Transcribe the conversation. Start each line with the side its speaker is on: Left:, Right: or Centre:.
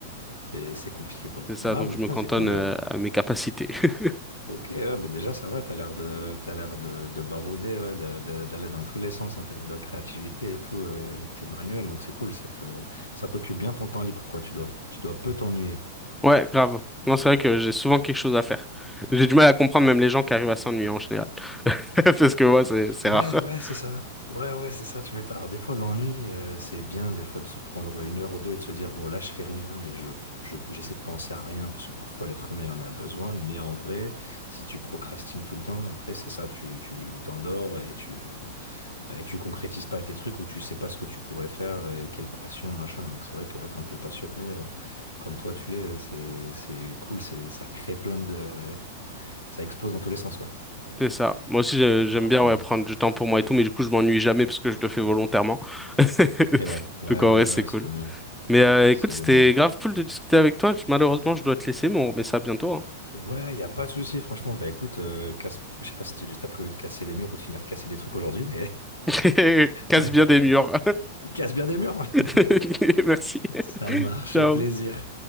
Left: c'est, c'est compliqué, quoi.
Centre: C'est ça,
Left: Ah,
Centre: donc
Left: mais
Centre: je
Left: putain,
Centre: me cantonne
Left: c'est cool.
Centre: euh,
Left: euh.
Centre: à mes capacités. <laughs>
Left: Ok, ouais, bah déjà ça va, t'as l'air de, t'as l'air de, de barouder, ouais, de- de- d'aller dans tous les sens en termes de créativité et tout, euh, t'es manuel, donc c'est cool, ça te, ça t'occupe bien ton temps libre, quoi, tu dois, tu dois peu t'ennuyer.
Centre: Ouais, grave. Non, c'est vrai que j'ai souvent quelque chose à faire. J'ai du mal à comprendre même les gens qui arrivent à s'ennuyer en général. <laughs> Parce que moi, c'est c'est
Left: Ouais,
Centre: rare.
Left: ouais,
Centre: <laughs>
Left: c'est ça. Ouais, ouais, c'est ça, tu m'étonnes. Alors, des fois, l'ennui, euh, c'est bien, des fois, de se prendre une heure ou deux et de se dire, bon, là, je fais rien et je, je- j'essaie de penser à rien, parce que parfois, l'être humain, il en a besoin, mais en vrai, si tu procrastines tout le temps, après, c'est ça, tu, tu t'endors et tu, Euh, Et tu concrétises pas tes trucs ou tu sais pas ce que tu pourrais faire, et quelle passion, machin. Donc c'est vrai que ouais, quand t'es passionné, euh, comme toi tu l'es, euh, c'est c'est cool, c'est ça crée plein de, ça explose dans tous les sens quoi.
Centre: C'est ça. Moi aussi, je- j'aime
Left: Trop
Centre: bien
Left: bien.
Centre: ouais, prendre du temps pour moi et tout, mais du coup, je m'ennuie jamais parce que je le fais volontairement. <laughs>
Left: Et ouais, ouais,
Centre: Donc en
Left: ouais, ouais,
Centre: vrai, c'est
Left: ouais,
Centre: cool.
Left: c'est le mieux,
Centre: Mais euh,
Left: c'est
Centre: écoute,
Left: le
Centre: c'était
Left: mieux.
Centre: grave cool de discuter avec toi. Je- Malheureusement, je dois te laisser, mais on remet ça bientôt, hein.
Left: Ouais, y a pas de souci, franchement. Bah écoute, euh, casse, je sais pas si tu as prévu de casser des murs ou de finir de casser des trucs aujourd'hui, mais
Centre: <laughs> Casse
Left: <laughs>
Centre: bien des murs.
Left: casse bien des murs.
Centre: <laughs>
Left: <laughs>
Centre: Merci.
Left: Ça marche,
Centre: Ciao.
Left: au plaisir.